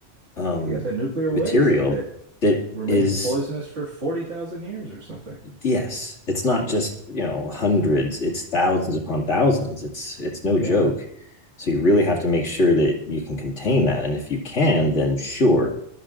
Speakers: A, on the left; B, on the right.
A: um,
B: You got that nuclear
A: material
B: waste that
A: that
B: remains
A: is
B: poisonous for 40,000 years or something.
A: yes, it's not just you know hundreds, it's thousands upon thousands. It's it's no
B: Yeah,
A: joke. So you really have to make sure that you can contain that, and if you can, then sure,